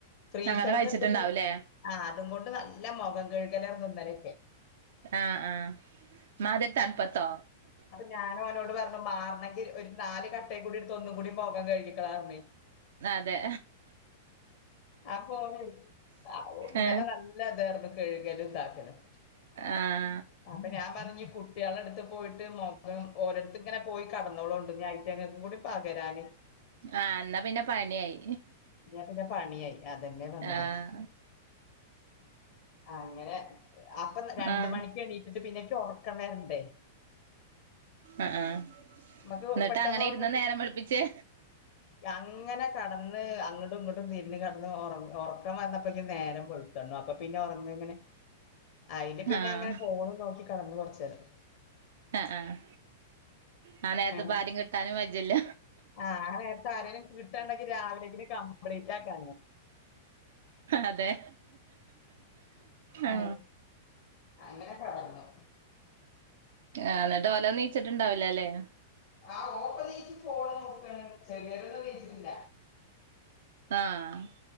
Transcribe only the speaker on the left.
ഫ്രീസറിന്ന്ട്ത്ത്ട്ട്
ആഹ് അത്ങ്ങോണ്ട് നല്ല മൊഖം കയ്കലാർന്നു ന്നലൊക്കെ
ഞാനും ഓനോട് പറഞ്ഞു മാറണെങ്കി ഒരു നാല് കട്ടേ കൂടിയെടുത്തോ ഒന്നും കൂടി മൊഖം കഴുകിക്കാളാർഞ്ഞ്
അപ്പൊ ഓന് അഹ് ഊ ഇന്നലെ
വന്ന ല്ല ഇതാർന്ന് കഴുകലും താക്കലും
അപ്പൊ ഞാൻ പറഞ്ഞ് കുട്ടിയാളെ അടുത്ത് പോയിട്ട് മു ഉം ഓലടത്ത് ഇങ്ങനെ പോയി കടന്നോളോണ്ടു ഇഞ്ഞി അയിറ്റങ്ങക്കും കൂടി പകരാന്
ഞാൻ പിന്നെ പണിയായി അതന്നെ പറഞ്ഞതെയ്
അങ്ങനെ അപ്പൊ രണ്ട്
മണിക്ക് എണീറ്റിട്ട് പിന്നെ ഇക്ക് ഒർക്കം വരണ്ടേ
നമുക്ക്
പെട്ടെന്ന്
ഉറക്കം
അങ്ങനെ കടന്ന് അങ്ങണ്ടും ഇങ്ങണ്ടും തിരിഞ്ഞ് കെടന്ന് ഒറ ഒറക്കം വന്നപ്പൊയ്ക്കും നേരം വെളുത്തു കാണും അപ്പൊ പി ന്നെ ഉറങ്ങ എങ്ങനെ അയില് പിന്നെ
അങ്ങനെ ഫോണും നോക്കി കെടന്നു കൊറച്ചു നേരം
അ
ആഹ് നേരത്ത് ആരെലും കിട്ടാ ഉണ്ടെങ്കി രാവിലെങ്കിലും കംപ്ലീറ്റാക്കാന
ആഹ് അങ്ങനെ കെടന്നു
ആഹ് ഓപ്പ നീച്ച് പോണ് നോക്കാണ് ചെറിയൊരൊന്നും നീച്ചിട്ടില്ല